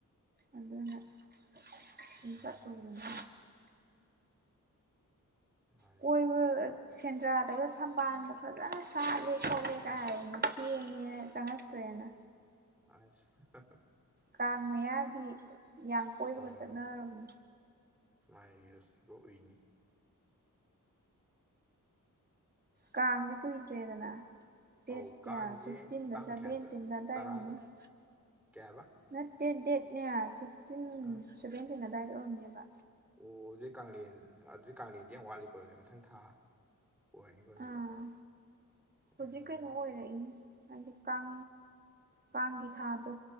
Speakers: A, on the right; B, in the centre.
A: ꯑꯗꯨꯅ <unintelligible>
B: ꯃꯥꯅꯤ
A: ꯑꯣꯏꯅ
B: ꯃꯥꯅꯤ
A: ꯀꯣꯏꯕ
B: ꯍꯣꯏ
A: ꯑ ꯁꯦꯟꯗ꯭ꯔꯥꯗꯒ ꯊꯝꯕꯥꯜꯒ ꯐꯖꯅ ꯁꯥꯠꯂꯦ ꯈꯣꯠꯂꯦꯒ ꯍꯥꯏꯌꯦ ꯊꯦꯡꯉꯦꯅ ꯆꯪꯉꯛꯇ꯭ꯔꯦꯅ
B: ꯑꯁ <unintelligible>
A: ꯀꯥꯡ ꯃꯌꯥꯒꯤ ꯌꯥꯝ ꯀꯣꯏꯕꯒ
B: ꯑꯣ
A: ꯆꯠꯅꯔꯕꯅꯤ
B: ꯁꯨꯃꯥꯏ ꯔꯤꯜꯁꯇꯒ ꯎꯏꯅꯦ
A: ꯀꯥꯡꯖ‌ꯦ ꯀꯨꯏꯗ꯭ꯔꯦꯗꯅ ꯗꯦꯠ
B: ꯑꯧ
A: ꯀꯌꯥ
B: ꯀꯥꯡꯁꯦ
A: ꯁꯤꯛꯁꯇꯤꯟꯂ
B: ꯇꯥꯡ
A: ꯁꯦꯚꯦꯟꯇꯤꯟꯂ
B: ꯀꯌꯥꯗꯅꯣ
A: ꯑꯗꯥꯏ
B: ꯇꯔꯥꯗꯔꯣ
A: ꯑꯣꯏꯔꯝꯅꯦ
B: ꯀꯌꯥ ꯍꯥꯏꯕ
A: ꯅꯠꯇꯦ ꯗꯦꯠꯅꯦ ꯁꯤꯛꯁꯇꯤꯟ
B: ꯑꯥ
A: ꯁꯚꯦꯟꯇꯤꯟ ꯑꯗꯥꯏꯗ ꯑꯣꯏꯔꯝꯅꯦꯕ
B: ꯑꯣ ꯑꯗꯨꯗꯤ ꯀꯥꯡꯂꯦꯟ ꯑꯗꯨꯗꯤ ꯀꯥꯡꯂꯦꯟꯗꯤ ꯌꯥꯝ ꯋꯥꯠꯂꯤꯀꯣ ꯑꯗꯨ ꯃꯊꯪ ꯊꯥ ꯑꯣꯏꯔꯅꯤꯀꯣ ꯑꯗꯨꯗꯤ
A: ꯑꯥ ꯍꯧꯖꯤꯛ
B: ꯎꯝ
A: ꯀꯩꯅꯣ ꯑꯣꯏꯔꯛꯏꯅꯦ ꯍꯥꯏꯗꯤ ꯀꯥꯡ ꯀꯥꯡꯒꯤ ꯊꯥꯗꯣ